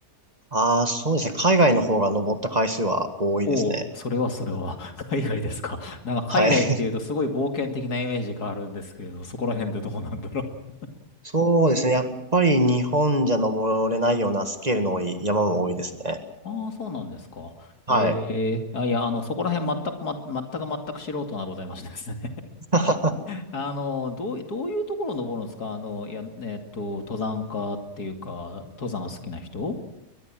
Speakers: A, on the right; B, on the left.
A: ああ、そうですね。海外の方が登った回数は多いですね。
B: おお、それはそれは、<laughs> 海外ですか。なんか海外っていうとすごい冒険的なイメージがあるんですけれど、
A: はい。<laughs>
B: そこら辺でどうなんだろう
A: そうですね。やっぱり日本じゃ登れないようなスケールの多い山も多いですね。
B: ああ、そうなんですか。
A: はい。
B: ええあ、いや、あの、そこら辺全く、ま、全く全く素人がございましてですね
A: <laughs>
B: <laughs> あの、どうい、どういうところ登るんですかあの、いや、えっと、登山家っていうか、登山好きな人